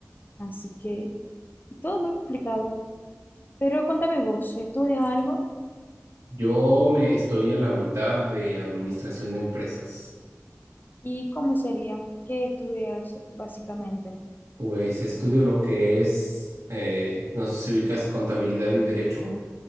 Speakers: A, on the left; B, on the right.
A: así que todo muy complicado. Pero contame vos, ¿estudias algo?
B: Yo me estoy a la mitad de administración de empresas.
A: ¿Y cómo sería? ¿Qué estudias básicamente?
B: Pues estudio lo que es, eh, no sé si ubicas contabilidad y derecho.